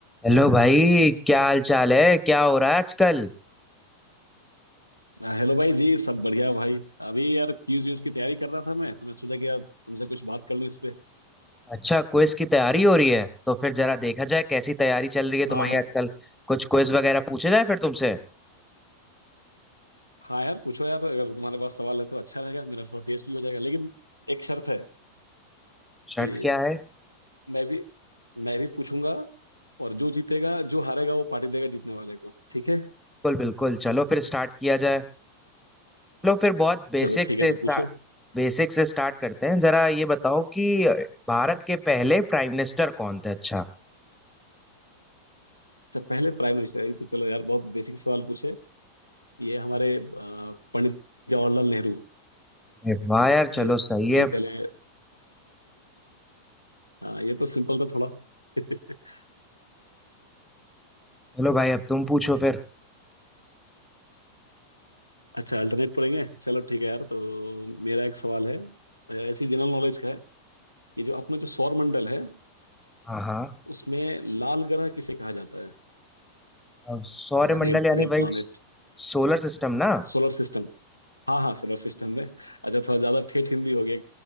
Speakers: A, in the centre; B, on the left.
A: हेलो भाई क्या हाल चाल है क्या हो रहा है आजकल
B: आ, Hello भाई जी सब बढ़िया भाई अभी यार क्यूज व्यूज की तैयारी कर रहा था मैं तो मैं सोचा कि यार तुमसे कुछ बात कर लूँ इस पे
A: अच्छा क्विज की तैयारी हो रही है तो फिर जरा देखा जाए कैसी तैयारी चल रही है तुम्हारी
B: हाँ हाँ
A: आजकल कुछ क्विज वगैरह पूछे जाए फिर तुमसे
B: हाँ यार पूछो यार अगर तुम्हारे पास सवाल है तो अच्छा रहेगा मेरा थोड़ा टेस्ट भी हो जाएगा लेकिन एक शर्त है
A: शर्त
B: कि
A: क्या है
B: मैं भी मैं भी पूछूंगा और जो जीतेगा जो हारेगा वो पार्टी देगा जीतने वाले को ठीक है
A: बिल्कुल बिल्कुल चलो फिर स्टार्ट किया जाए चलो फिर बहुत बेसिक
B: चलो ठीक
A: से
B: है तो
A: स्टार्ट
B: पूछो
A: बेसिक से स्टार्ट करते हैं जरा ये बताओ कि भारत के पहले प्राइम मिनिस्टर कौन थे अच्छा
B: अच्छा पहले प्राइम मिनिस्टर है, तो चलो यार बहुत बेसिक सवाल पूछे ये हमारे अ, पंडित जवाहरलाल नेहरू
A: अरे वाह यार
B: ये
A: चलो सही है
B: यही पहले हाँ ये तो सिंपल था थोड़ा <laughs>
A: चलो भाई अब तुम पूछो फिर
B: अच्छा अल्टरनेट पढ़ेंगे चलो ठीक है यार तो मेरा एक सवाल है अ, ऐसी जनरल नॉलेज का है कि जो अपना जो सौर मंडल है
A: हाँ हाँ
B: उसमें लाल ग्रह किसे कहा जाता है
A: अब सौरमंडल
B: Red
A: यानी
B: red
A: वही
B: planet
A: सोलर सिस्टम ना
B: Solar system हाँ हाँ सोलर सिस्टम में अच्छा थोड़ा ज्यादा ठेठ हिंदी हो गया